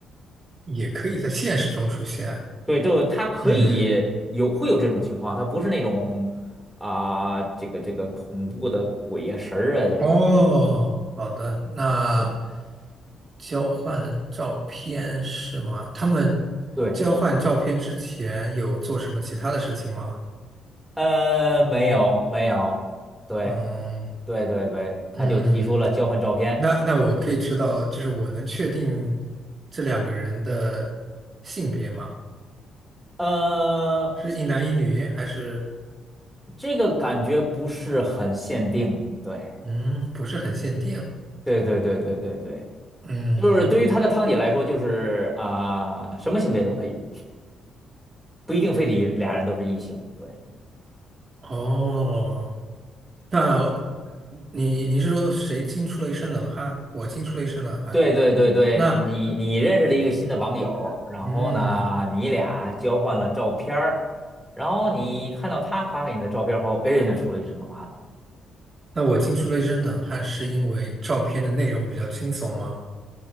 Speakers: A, on the right; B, in the centre.
A: 也可以在现实中出现。
B: 对，就他可以有会有这种情况，
A: 嗯，
B: 他不是那种啊、这个这个恐怖的鬼呀、神儿啊这种。
A: 哦，
B: 对
A: 好的，那
B: 对
A: 交换了照片是吗？他们交换照片之前有做什么其他的事情吗？
B: 对，呃，没有没有，对
A: 嗯。
B: 对对对，他就提出了交换照片，
A: 嗯，那那我可以知道，就是我能确定这两个人的性别吗？
B: 呃，
A: 是一男一女，还是
B: 这个感觉不是很限定，对
A: 嗯，不是很限定？
B: 对对对对对对，
A: 嗯，
B: 就是对于他的汤姐来说，就是啊、什么性别都可以，不一定非得俩人都是异性，对。
A: 哦，那你你是说谁惊出了一身冷汗？我惊出了一身冷汗。
B: 对对对对，
A: 那
B: 你你认识了一个新的网友儿，然后呢，
A: 嗯，
B: 你俩交换了照片儿，然后你看到他发给你的照片儿后，哎，那出了一身冷汗
A: 那我惊出了一身冷汗，是因为照片的内容比较惊悚吗？